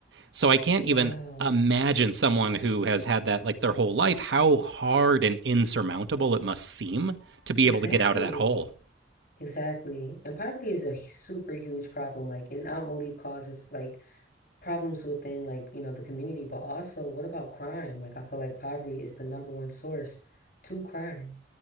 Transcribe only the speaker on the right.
So I can't
even imagine someone who has had that like their whole life, how hard and insurmountable it must seem to be
able to get out of that hole.